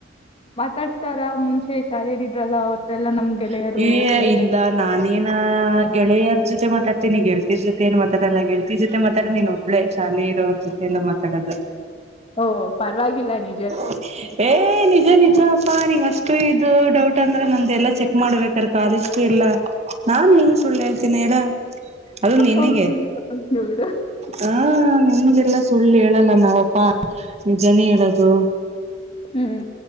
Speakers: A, on the left; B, on the right.
A: ಮಾತಾಡ್ಸ್ತಾರಾ ಮುಂಚೆ ಶಾಲೆಲೆ ಇದ್ರಲ್ಲ ಅವ್ರೆಲ್ಲ ನಮ್
B: <unintelligible>
A: ಗೆಳೆಯರು
B: ಏ
A: ಅವರೆಲ್ಲ
B: ಇಲ್ಲ ನಾನೇನಾ ಗೆಳೆಯರ ಜೊತೆ ಮಾತಾಡ್ತೀನಿ ಗೆಳತಿರ್ ಜೊತೆ ಏನ್ ಮಾತಾಡಲ್ಲ ಗೆಳತಿರ್ ಜೊತೆ ಮಾತಾಡ್ತಿ ನೀನ್ ಒಬ್ಳೇ ಶಾಲೆಲಿ ಇರೋವ್ರ ಜೊತೆ ಎಲ್ಲ ಮಾತಾಡೋದು
A: ಓ ಪರವಾಗಿಲ್ಲ ನೀನ್
B: <unintelligible> ಏ ನಿಜಾ ನಿಜಾ. ಪ್ಪಾ ನೀಂಗ್ ಅಷ್ಟು ಇದು ಡೌಟ್ ಅಂದ್ರೆ ನಂದ್ದ ಎಲ್ಲಾ ಚೆಕ್ ಮಾಡ್ಬೇಕ್ರ ಕಾಲೇಜ್ದ ಎಲ್ಲಾ ನಾನ್ ನಿಂಗ್ ಸುಳ್ಳ್ ಹೇಳ್ತೀನಾ ಹೇಳ ಅದು ನಿನಗೆ
A: ಹೋಗ್ಲಿ ಬಿಡು ಹೋಗ್ಲಿ ಬಿಡು
B: ಹಾ ನಿಮಗೆಲ್ಲ ಸುಳ್ಳು ಹೇಳಲ್ಲ ನಾವಪ್ಪಾ ನಿಜಾನೇ ಹೇಳೋದು.
A: ಹ್ಮು.